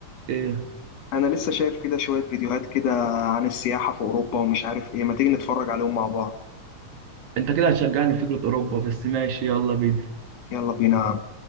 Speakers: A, on the right; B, on the left.
A: ايه
B: انا لسه شايف كده شوية فيديوهات كده عن السياحة في اوروبا ومش عارف ايه ما تيجي نتفرج عليهم مع بعض
A: انت كده هتشجعني في فكره اوروبا بس ماشي يلا بينا
B: يلا بينا